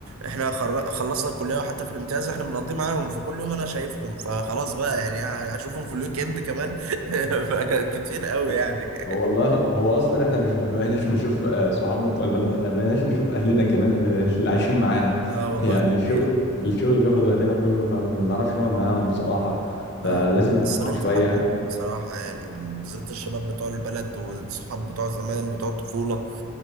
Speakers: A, on the right; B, on the left.
A: احنا خر... خلصنا الكليه وحتى في الامتياز احنا بنقضي معاهم فكل يوم انا شايفهم فخلاص بقى يعني هشوفهم في الويك اند كمان <laughs> كتير قوي
B: هو
A: يعني
B: هو والله
A: <laughs>
B: هو اصلا احنا مش بقيناش نشوف آه، صحابنا بتوع البلد احنا بقيناش نشوف اهلنا كمان اللي, اللي عايشين معانا
A: اه
B: <laughs>
A: والله
B: يعني
A: ده
B: الشغل
A: حقيقي.
B: الشغل بياخد وقتنا كله فما بنعرفش نقعد معاهم بصراحة فلازم
A: آه، مقصرين
B: نقعد معاهم شوية
A: في حقهم بصراحه يعني بالذات الشباب بتوع البلد والصحاب بتوع زمان بتوع الطفوله